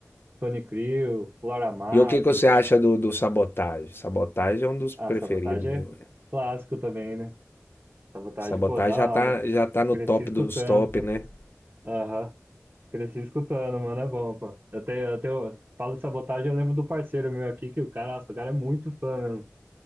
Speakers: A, on the right; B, on the left.
A: Tony Crew, Flora Matos,
B: E o que que você acha do, do Sabotagem? Sabotagem é um dos preferidos
A: Ah, Sabotagem
B: meu,
A: é
B: velho.
A: clássico também, né? Sabotagem,
B: Sabotagem
A: pô, da
B: já
A: hora.
B: tá, já tá no
A: Cresci
B: top
A: escutando.
B: dos top, né?
A: Aham. Cresci escutando, mano, é bom, pô. Eu tenho, eu tenho, falo de Sabotagem, eu lembro do parceiro meu aqui, que o cara, nossa, o cara é muito fã, mesmo.